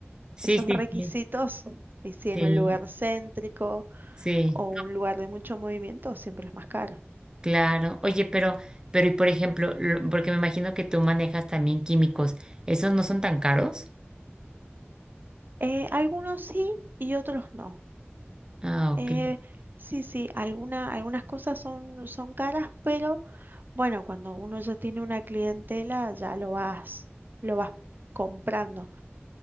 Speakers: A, on the right (about 20°); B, on the right (about 50°).
A: Sí,
B: Esos
A: sí,
B: requisitos,
A: sí,
B: y si en
A: sí,
B: un lugar céntrico
A: sí.
B: o un lugar de mucho movimiento, siempre es más caro.
A: Claro. Oye, pero, pero y por ejemplo, lo- porque me imagino que tú manejas también químicos, ¿esos no son tan caros?
B: Eh, algunos sí y otros no.
A: Ah, ok.
B: Eh, sí, sí, alguna- algunas cosas son, son caras, pero bueno, cuando uno ya tiene una clientela, ya lo vas, lo vas comprando.